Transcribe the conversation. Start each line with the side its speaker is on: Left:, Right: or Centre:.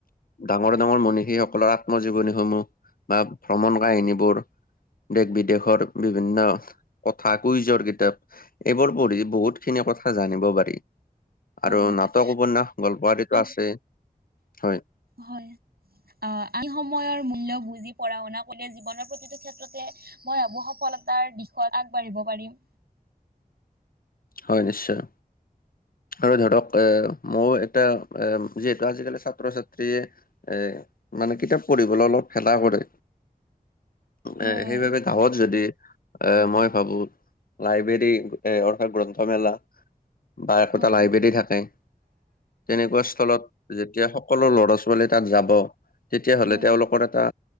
Left: ডাঙৰ ডাঙৰ মনীষীসকলৰ আত্মজীৱনীসমূহ বা ভ্ৰমণ কাহিনীবোৰ দেশ বিদেশৰ বিভিন্ন কথা কুইজৰ কিতাপ এইবোৰ পঢ়ি বহুত খিনি কথা জানিব পাৰি।
Right: হয়
Left: আৰু
Right: হয়
Left: নাটক উপন্যাস গল্পাৰতো
Right: আম
Left: আছেই, হয়।
Right: হয়। আ এই সময়ৰ মূল্য বুজি পঢ়া শুনা কৰিলে জীৱনৰ প্ৰতিটো ক্ষেত্ৰতে মই ভাবোঁ সফলতাৰ দিশত আগবাঢ়িব পাৰিম।
Left: হয় নিশ্চয়। আৰু ধৰক এ মই এটা যিহেতু আজিকালি ছাত্ৰ ছাত্ৰীয়ে এ মানে কিতাপ পঢ়িবলৈ অলপ এলা কৰে
Right: হয়
Left: এ
Right: হয়
Left: সেইবাবে গাঁৱত যদি এ মই ভাবো লাইব্ৰেৰী এ অৰ্থাৎ গ্ৰন্থমেলা বা একোটা
Right: হয়
Left: লাইব্ৰেৰী থাকে। তেনেকুৱা স্থলত যেতিয়া সকলো লৰা ছোৱালী তাত যাব তেতিয়া হ'লে
Right: হয়
Left: তেওঁলোকৰ এটা